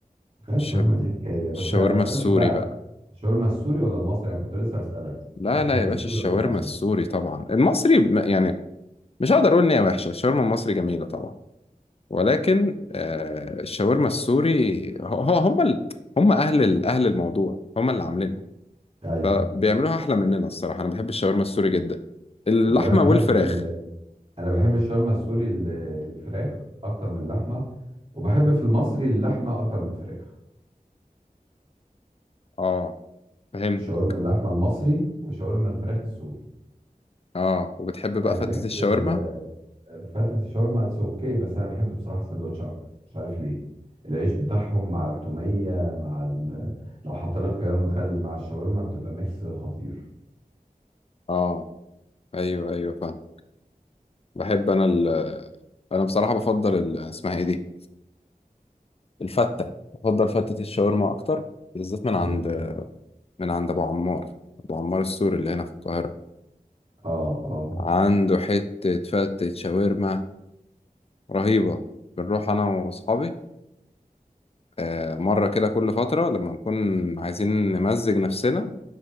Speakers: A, on the right; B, on the left.
A: لا الشاورما
B: الش...
A: دي حكاية بس
B: الشاورما
A: اسألك
B: السوري
A: بقى
B: بقى
A: الشاورما السوري ولا المصري انا كنت لسه اسألك
B: لا
A: انت تحب
B: لا يا باشا
A: السوري
B: الشاورما
A: ولا المصري
B: السوري طبعا المصري م- يعني مش هقدر اقول ان هي وحشة الشاورما المصري جميلة طبعا ولكن آه الشاورما السوري هو هو- هم ال... هم اهل ال... اهل الموضوع هم اللي عاملينها
A: ايوه
B: فبيعملوها احلى مننا الصراحة انا بحب الشاورما السوري جدا اللحمة
A: هو انا بحب
B: والفراخ
A: انا بحب الشاورما السوري ال- الفراخ اكتر من اللحمه وبحب في المصري اللحمه اكتر من الفراخ
B: اه فهمت
A: شاورما اللحمه المصري وشاورما الفراخ السوري
B: اه وبتحب بقى
A: لان
B: فتة
A: ميكس
B: الشاورما
A: ال- فتة الشاورما اتس اوكي بس انا بحب بصراحه سندوتش اكتر مش عارف ليه العيش بتاعهم مع التوميه مع ال... لو حط لك خيار مخلل مع الشاورما بتبقى ميكس خطير
B: اه ايوه ايوه فاهم بحب انا ال... انا بصراحه بفضل ال... اسمها ايه دي الفته بفضل فته الشاورما اكتر بالذات من عند
A: مم.
B: من عند ابو عمار ابو عمار السوري اللي هنا في القاهره
A: اه اه
B: عنده حته فته شاورما رهيبه بنروح انا واصحابي آه، مره كده كل فتره لما نكون عايزين نمزج نفسنا